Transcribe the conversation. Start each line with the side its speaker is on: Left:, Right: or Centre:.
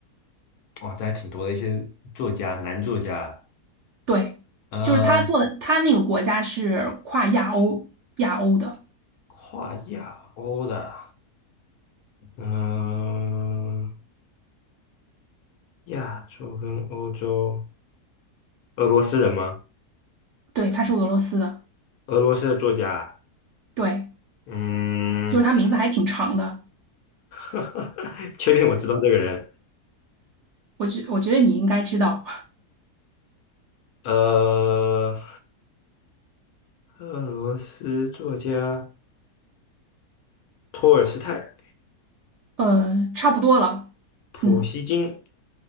Left: 哦，这还挺多的一些作家，男作家，
Right: 对，
Left: 呃，
Right: 就是他做的，他那个国家是跨亚欧亚欧的，
Left: 跨亚欧的，嗯、亚洲跟欧洲，俄罗斯人吗？
Right: 对，他是俄罗斯的，
Left: 俄罗斯的作家，
Right: 对，
Left: 嗯，
Right: 就是他名字还挺长的，
Left: <laughs> 确定我知道这个人，
Right: 我觉我觉得你应该知道，
Left: 呃，俄罗斯作家托尔斯泰、
Right: 呃，差不多了，
Left: 普希金。
Right: 嗯，